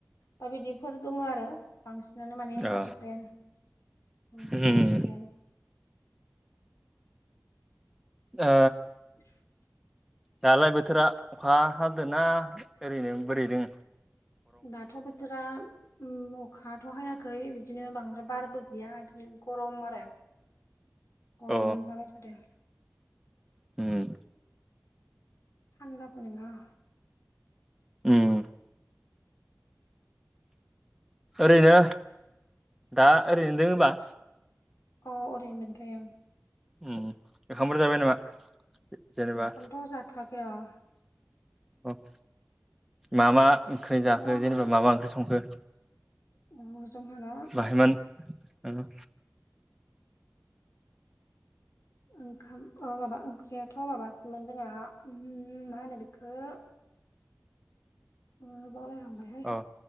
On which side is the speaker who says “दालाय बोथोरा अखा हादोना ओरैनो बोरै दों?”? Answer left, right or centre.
Centre